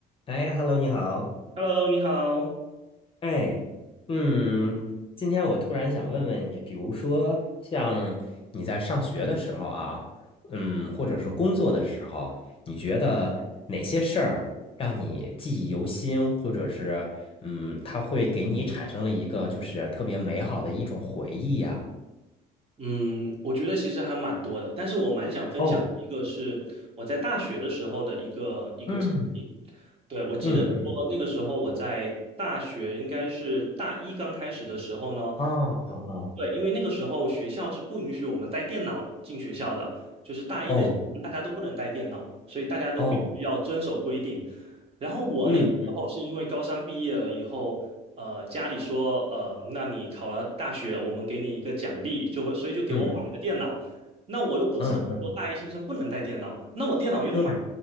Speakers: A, on the left (about 35°); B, on the right (about 35°).
A: 哎，Hello，你好。
B: Hello，你好。
A: 哎，嗯，今天我突然想问问你，比如说像你在上学的时候啊，嗯，或者是工作的时候，你觉得哪些事儿让你记忆犹新，或者是嗯，它会给你产生了一个就是特别美好的一种回忆呀？
B: 嗯，我觉得其实还蛮多的，但是我蛮想分享一个是我在大学的时候的一个一个经历。
A: 哦，嗯
B: 对，我记得说那个时候我在大学应该是大一刚开始的时候呢，
A: 嗯嗯，啊啊啊，
B: 对，因为那个时候学校是不允许我们带电脑进学校的，就是大一的大家都不能带电脑，
A: 哦
B: 所以大家都必须要遵守规定。
A: 哦，
B: 然后我那个时候是因为高三毕业了以后，
A: 嗯
B: 呃，家里说，呃，那你考了大学，我们给你一个奖励，就会，所以就给我买了电脑。
A: 嗯
B: 那我又不知道说大一新生不能带电脑，
A: 嗯嗯，
B: 那我电脑又买，
A: 对，